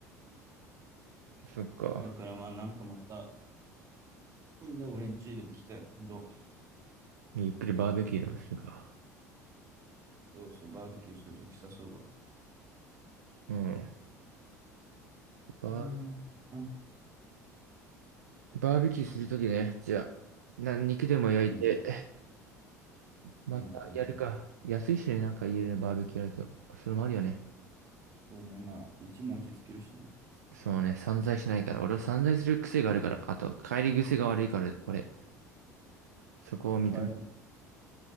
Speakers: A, on the right; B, on the right.
A: そっか。
B: だからまあ、なんかまた、みんな俺ん家でも来て、今度、
A: ゆっくりバーベキューでもするか。
B: そうそう、バーベキューするとき誘うわ。
A: うん。バ
B: うん、あ
A: ー、バーベキューするときね、じゃあ、な、肉でも焼いて、
B: うん、うん、
A: またやるか。
B: うん。うん
A: 安いしね、なんか家でねバーベキューやると。それもあるよね。
B: そうね、まあ、一も落ち着けるしね。
A: そうね、散財しないから。俺は散財する癖があるから。あと、帰り癖が悪いから、俺。そこを認め
B: 変えると